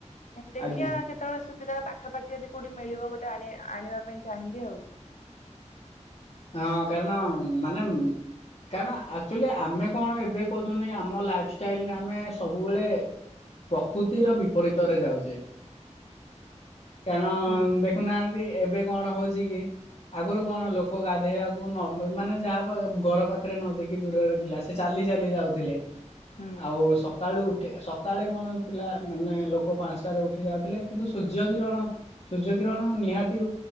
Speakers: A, on the left (about 80°); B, on the left (about 55°).
A: ହଁଁ ଦେଖିବା
B: ଆଜ୍ଞା।
A: କେତବଳେ ସୁବିଧା ପାଖାପାଖି ଯଦି କୋଉଠି ମିଳିବ ଗୋଟେ ଆଣି ଆଣିବା ପାଇଁ ଚାହିଁବି ଆଉ।
B: ହଁ କାରଣ ମାନେ କାରଣ ଆକ୍ଚୁଆଲି ଆମେ କଣ ଏବେ କହୁଚନ୍ତି କି ଆମ ଲାଇଫଷ୍ଟାଇଲ୍ ରେ ଆମେ ସବୁବେଳେ ପ୍ରକୃତିର ବିପରୀତରେ ଯାଉଚେ। କାରଣ
A: ହୁଁ
B: ଦେଖୁନାହାନ୍ତି ଏବେ କଣ ହଉଛି କି ଆଗରୁ କଣ ଲୋ କ ଗାଧେଇବାକୁ ନ ମାନେ ଯାହା ଘର ପାଖେରେ ନଦୀ କି ଦୂରରେ ଥିଲା ସେ ଚାଲି-ଚାଲି ଯାଉଥିଲେ।
A: ହୁଁ
B: ଆଉ ସ ସକାଳୁ ଉଠି ସକାଳେ କଣ ପିଲା ମାନେ ଲୋକ ପାଞ୍ଚଟାରେ ଉଠି ଯାଉଥିଲେ, କିନ୍ତୁ ସୂର୍ଯ୍ୟ କିରଣ ସୂର୍ଯ୍ୟ କିରଣ ନିହାତି